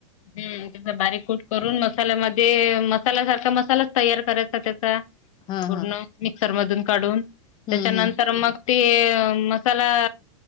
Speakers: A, on the left; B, on the left.
A: हम् त्याचा बारीक कूट करून मस्त. मसाल्यामध्ये मसाल्यासारखा मसालाच तयार करायचा त्याचा
B: हा
A: पूर्ण
B: हा
A: र मधून काढून त्याच्यानंतर
B: हम्म हम्म
A: मग ते मसाला